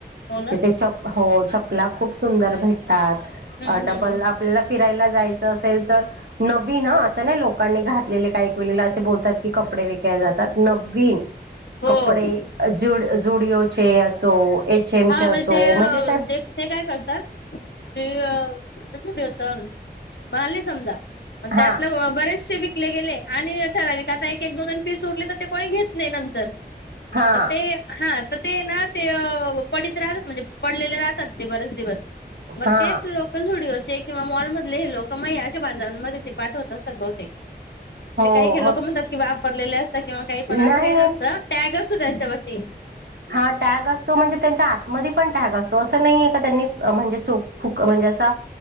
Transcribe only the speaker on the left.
हो ना
हम्म
हम्म हम्म हम्म
हो
हा
ते अ,
जे ते काय करतात, ते आता स्टूडिओ चालूयं माले समजा पण त्यातलं
ग बरेचसेे विकले गेलेय आणि ठराविक आता एक एक दोन दोन पीस उरले तर ते कोणी घेत नाही नंतर,
पण ते हा त ते ना ते अ पडीत राहतात म्हणजे पडलेले राहतात ते बरेचं दिवस मग
तेच लोक त झुडिओचे किंवा मॉल मधले हे लोकं म हे आशा बाजारांमध्ये ते पाठवत असतात बहुतेक
ते काही काही
लोकं म्हणतात की वापरलेले असतात किंवा काही पण
असं काही नसतं, टॅग असतो त्याच्यावरती